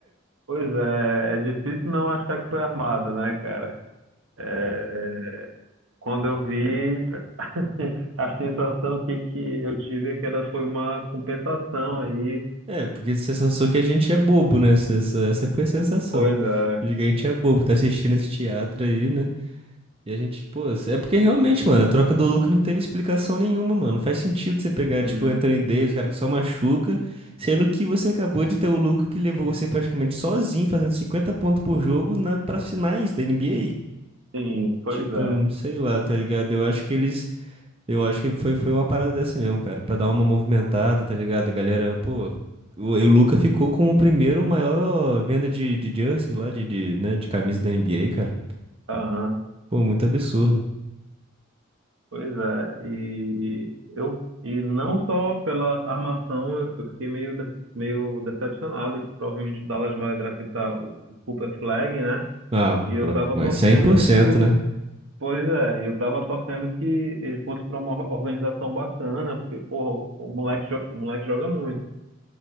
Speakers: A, on the right (about 75°); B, on the right (about 25°).
A: Pois é, é difícil não achar que foi armado, né, cara? É, quando eu vi, <laughs> a sensação que, que eu tive é que era, foi uma compensação aí.
B: É, porque a sensação que a gente é bobo, né? Essa, essa foi a sensação.
A: Pois é,
B: De que a gente é bobo, tá assistindo esse teatro aí, né? E a gente, pô, é porque realmente, mano, a troca do Luka não teve explicação nenhuma, mano. Não faz sentido você pegar,
A: sim,
B: tipo, o Anthony Davis, o cara que só machuca, sendo que você acabou de ter o Luka que levou você praticamente sozinho, fazendo 50 pontos por jogo na, pra finais da NBA.
A: sim, pois
B: Tipo,
A: é.
B: sei lá, tá ligado? Eu acho que eles. Eu acho que foi, foi uma parada dessa mesmo, cara. Pra dar uma movimentada, tá ligado? A galera, pô. O, e o Luca ficou como o primeiro maior venda de, de jersey lá, de, de, né, de camisa da NBA, cara.
A: Aham.
B: Pô, muito absurdo.
A: Pois é, e eu e não só pela armação, eu eu fiquei meio de- meio decepcionado que provavelmente o Dallas vai draftar o Cooper Flag, né?
B: Ah,
A: E eu
B: pro-
A: tava
B: mas
A: torcendo
B: cem por cento
A: que o
B: né?
A: Pois é, e eu tava torcendo que ele fosse para uma organização bacana, porque, pô, o moleque, jo- o moleque joga muito.